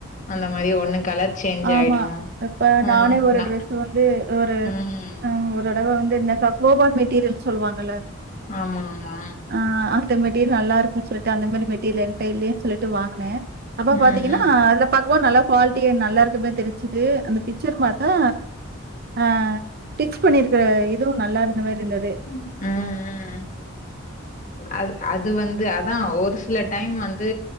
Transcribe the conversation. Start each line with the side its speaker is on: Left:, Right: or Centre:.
Left: அந்த மாரி ஒண்ணு கலர் சேஞ்ச்
Right: ஆமா
Left: ஆயிடு
Right: இப்ப
Left: ம்
Right: நானே ஒரு
Left: நா
Right: ட்ரெஸ் அது வந்து ஒரு
Left: ம்
Right: அ ஒரு தடவ வந்து இந்த கக்வோபா மெட்டீரியல் சொல்வாங்கல்ல
Left: ஆமா ஆமா
Right: ஆ அந்த மெட்டீரியல் நல்லா இருக்குன் சொல்ட்டு அந்த மாரி மெட்டீரியல் என்ட்ட இல்லையேன்னு சொல்லிட்டு வாங்கனே அப்ப
Left: ம்
Right: பாத்தீங்கன்னா
Left: ம்
Right: அதுல பாக்கு போது நல்லா குவாலிட்டியா நல்லா இருக்கு பே தெரிஞ்சுது அந்த பிச்சர் பாத்தா ஆ டிச் பண்ணிருக்கற இதுவு நல்லா இருந்த மாரி இருந்தது
Left: ம் ம் அது அது வந்து அதா ஒரு சில டைம் வந்து